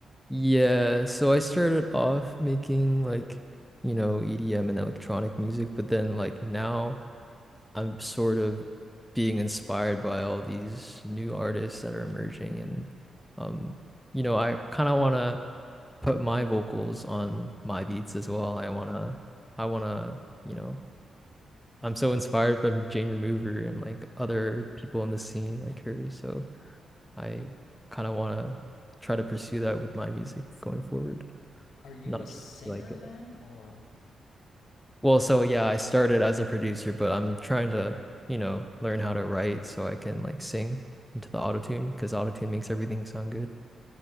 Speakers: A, in the centre; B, on the left.
A: Yeah, so I started off making like, you know, EDM and electronic music, but then like now I'm sort of being inspired by all these new artists that are emerging and um you know, I kind of want to put my vocals on my beats as well. I want to I want to, you know, I'm so inspired from Jane Remover and like other people in the scene like her, so I kind of want to try to pursue that with my music going forward
B: are you
A: not
B: a singer
A: just like
B: then? Or
A: well so yeah i started as a producer but i'm trying to you know learn how to write so i can like sing into the autotune because autotune makes everything sound good